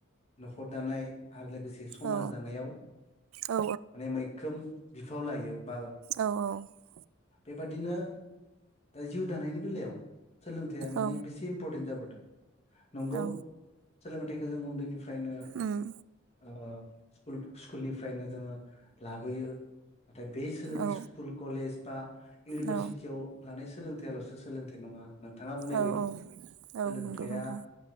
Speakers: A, on the left; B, on the right.
A: न'खर दानाय आरो लोगोसे समाज
B: औ
A: दानायाव
B: औ
A: माने मैखोम बिफाव लायो बा
B: औ
A: बेबादिनो दा जिउ दानायनि बेलायाव सोलोंथाइया माने
B: औ
A: बेसे इम्परटेन्ट जाबोदों नंगौ
B: औ
A: सोलोंथाइखौ जों उन्दैनिफ्रायनो
B: उम
A: ओ स्कुल-स्कुलनिफ्रायनो जोङो लाबोयो नाथाय बे सोलोंथाइ
B: औ
A: स्कुल कलेज बा इउनिभारसिटियाव
B: औ
A: लानाय सोलोंथाइ सोलोंथाइयाल'सो सोलोंथाइ नङा नोंथाङा बुंनाय
B: औ
A: बायदि
B: औ
A: सोलोंथाइया
B: नंगौ नोंथां